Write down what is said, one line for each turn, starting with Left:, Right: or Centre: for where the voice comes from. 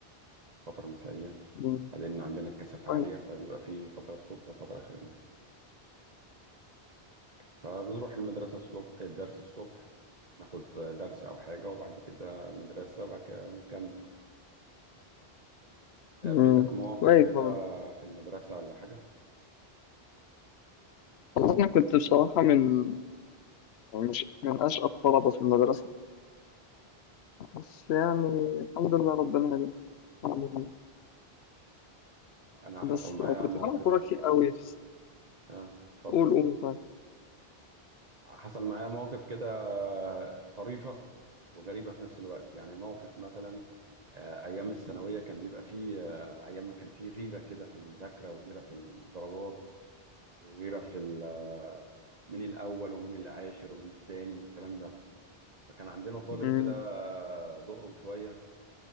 Right: فتره مسائيه
Left: مم.
Right: لان عندنا الكثافه
Left: كويس
Right: عاليه فبيبقى في فتره الصبح وفتره اخر النهار فبنروح المدرسة الصبح الدرس الصبح ناخد درس أو حاجة وبعد كده مدرسة وبعد كده نكمل قابلتك
Left: مم.
Right: مواقف
Left: كويس
Right: كده
Left: والله
Right: في المدرسة ولا حاجة؟
Left: والله أنا كنت بصراحة من مش من أشقى الطلبة في المدرسة بس يعني الحمد لله ربنا هداني الحمد لله
Right: أنا
Left: بس
Right: حصل معايا
Left: كنت
Right: مواقف
Left: بلعب كورة كتير
Right: آه
Left: قوي في-
Right: آه، اتفضل
Left: قول قول طيب
Right: حصل معايا مواقف كده طريفة وغريبة في نفس الوقت يعني موقف مثلا آه، أيام الثانوية كان بيبقى فيه آه، أيامنا كان فيه غيرة كده في المذاكرة وغيرة في الدرجات وغيرة في ال- آه، مين الأول ومين العاشر ومين التاني والكلام ده فكان عندنا طالب
Left: مم.
Right: كده دقرم شوية